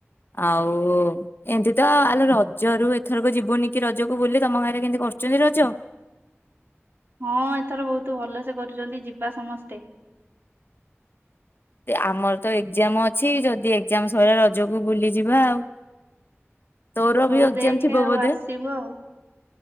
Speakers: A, on the left (about 50°); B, on the right (about 50°).
A: ଆଉ ଏମିତି ତ ଆଲୋ ରଜ ରୁ ଏଥରକ ଯିବୁନି କି ରଜକୁ ବୁଲି ତମ ଗାଁରେ କେମିତି କରୁଛନ୍ତି ରଜ?
B: ହଁ ଏଥର ବହୁତ ଭଲ ସେ କରୁଛନ୍ତି ଯିବା ସମସ୍ତେ।
A: ଆମର ତ ଏକ୍ଜାମ ଅଛି ଯଦି ଏକଜାମ ସରିଲା ରଜକୁ ବୁଲିଯିବା ଆଉ। ତୋର
B: ହଉ
A: ବି ଏକ୍ଜାମ
B: ଦେଖେ
A: ଥିବ
B: ଆଉ
A: ବୋଧେ
B: ଆସିବୁ ଆଉ